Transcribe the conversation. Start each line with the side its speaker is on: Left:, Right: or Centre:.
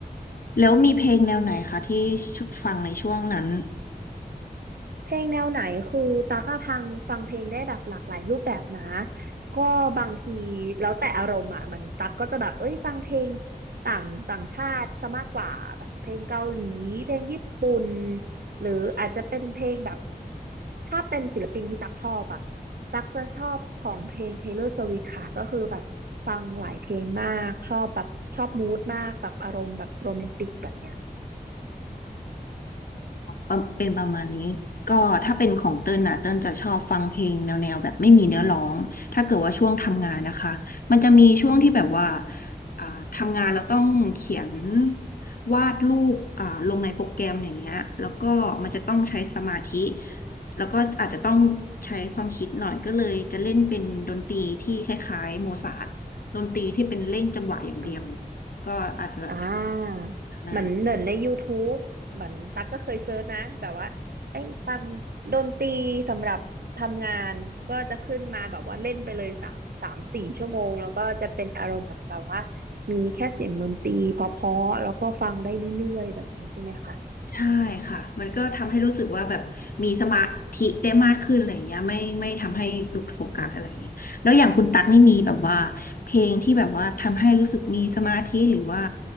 Left: แล้วมีเพลงแนวไหนคะที่ฟังในช่วงนั้น
Right: เพลงแนวไหนคือตากอะพังฟังเพลงได้แบบหลากหลายรูปแบบนะก็บางทีแล้วแต่อารมณ์อ่ะมันตักก็จะแบบเอ้ยฟังเพลงต่างต่างชาติซะมากกว่าแบบเพลงเกาหลีเพลงญี่ปุ่นหรืออาจจะเป็นเพลงแบบถ้าเป็นศิลปินที่ตักชอบอ่ะตักจะชอบของเพลง Taylor Swift ค่ะก็คือแบบฟังหลายเพลงมากชอบแบบชอบมูดมากแบบอารมณ์แบบโรแมนติกแบบเนี้ย
Left: ประเป็นประมาณนี้ก็ถ้าเป็นของเติ้ลนะเติ้ลจะชอบฟังเพลงแนวแนวแบบไม่มีเนื้อร้องถ้าเกิดว่าช่วงทำงานนะคะมันจะมีช่วงที่แบบว่าอ่าทำงานเราต้องเขียนวาดรูปอ่าลงในโปรแกรมอย่างเงี้ยแล้วก็มันจะต้องใช้สมาธิแล้วก็อาจจะต้องใช้ความคิดหน่อยก็เลยจะเล่นเป็นดนตรีที่คล้ายๆโมซาร์ทดนตรีที่เป็นเล่นจังหวะอย่างเดียว
Right: อ่า
Left: ก็อาจจะท
Right: อ่าเหมือนเหมือนใน
Left: ำา
Right: YouTube เหมือนตั๊กก็เคยเซิร์ชนะแบบว่าไอ้ฟังดนตรีสำหรับทำงานก็จะขึ้นมาแบบว่าเล่นไปเลยสามสามสี่ชั่วโมงแล้วก็จะเป็นอารมณ์เหมือนแบบว่ามีแค่เสียงดนตรีเพราะๆแล้วก็ฟังได้เรื่อยๆแบบนี้ใช่ไหมคะ
Left: ใช่ค่ะ มันก็ทำให้รู้สึกว่าแบบมีสมาธิได้มากขึ้นอะไรอย่างเงี้ยไม่ไม่ทำให้หลุดโฟกัสอะไรอย่างเงี้ยแล้วอย่างคุณตั๊กนี่มีแบบว่าเพลงที่แบบว่าทำให้รู้สึกมีสมาธิหรือว่า